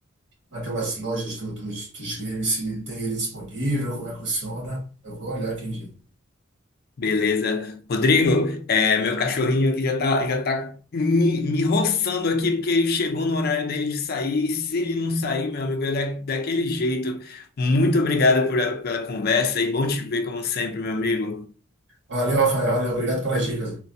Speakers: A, on the right; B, on the left.
A: naquelas lojas do- dos, dos games se tem ele disponível, como é que funciona. Eu vou olhar aqui, gente.
B: Beleza. Rodrigo, é, meu cachorrinho aqui já tá, já tá me, me roçando aqui, porque ele chegou no horário dele de sair. E se ele não sair, meu amigo, é da, daquele jeito. Muito obrigado por a- pela conversa e bom te ver, como sempre, meu amigo.
A: Valeu, Rafael. Valeu, obrigado pelas dicas.